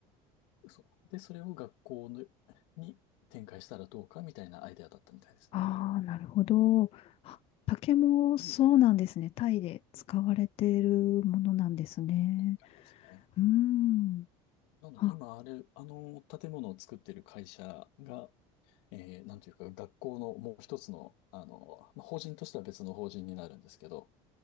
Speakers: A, on the left (about 80°); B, on the left (about 40°).
A: そう。で、それを学校のに展開したらどうかみたいなアイデアだったみたいですね。
B: ああ、なるほど。あ、竹もそうなんですね。タイで使われているものなんですね。
A: うんありますね。
B: うーん。
A: なので、
B: あ、
A: 今、あれ、あの建物を作ってる会社が、えー、なんていうか、学校のもう一つの、あの、まあ、法人としては別の法人になるんですけど、